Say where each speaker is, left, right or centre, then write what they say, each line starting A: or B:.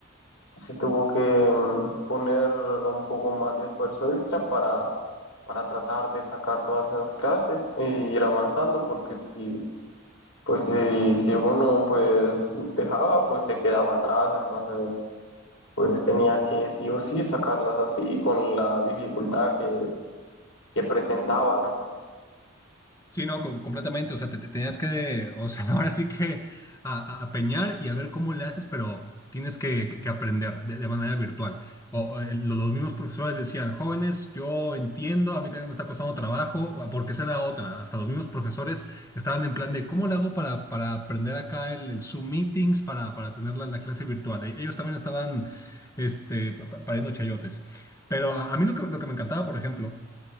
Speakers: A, on the left; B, on the left.
A: se tuvo que mm, poner un poco más de esfuerzo extra para, para tratar de sacar todas esas clases e ir avanzando, porque si, pues si, si uno pues dejaba, pues se quedaba atrás, entonces pues tenía que sí o sí sacarlas así con la dificultad que, que presentaba, ¿no?
B: Sí, no, co- completamente. O sea, te, te tenías que, o sea, <laughs> ahora sí que a, a- a peñar y a ver cómo le haces, pero tienes que, que- que aprender de, de manera virtual. O, o, eh, lo- los mismos profesores decían, jóvenes, yo entiendo, a mí también me está costando trabajo, porque esa era otra. Hasta los mismos profesores estaban en plan de, ¿cómo le hago para, para aprender acá el, el Zoom Meetings para, para tener la, la clase virtual? E- Ellos también estaban, este, pa- pa- pariendo chayotes. Pero a, a mí lo que, lo que me encantaba, por ejemplo,